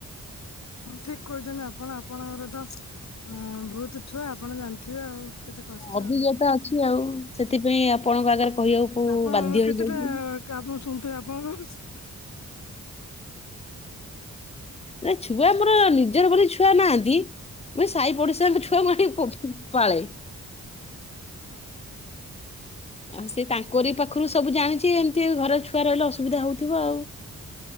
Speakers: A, on the left; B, on the left.
A: ଠିକ୍ କହୁଛନ୍ତି ଆପଣ ଆପଣଙ୍କର ତ ହଁ ଭୋହୁତୁ ଛୁଆ ଆପଣ ଜାଣିଥିବେ ଆଉ। କେତେ କଷ୍ଟ
B: ଅଭିଜ୍ଞତା
A: ଆଉ।
B: ଅଛି ଆଉ ସେଥିପାଇଁ ଆପଣଙ୍କ ଆଗରେ କହିବାକୁ
A: ଆପଣଙ୍କର
B: ବାଧ୍ୟ ହେଇଯାଉଛି
A: କେତେଟା କାମ ମୁଁ ଶୁଣୁଥିଲି ଆପଣଙ୍କର।
B: ନା ଛୁଆ ମୋର ନିଜର ବୋଲି ଛୁଆ ନାହାନ୍ତି ମୁଇ ଏଇ ସାଇ ପଡିଶାଙ୍କ ଛୁଆଙ୍କୁ ଆଣି ପାଳେ। ଆଉ ସେ ତାଙ୍କରି ପାଖରୁ ସବୁ ଜାଣିଚି ଏମିତି ଘର ଛୁଆ ରହିଲେ ଅସୁବିଧା ହଉଥିବ ଆଉ।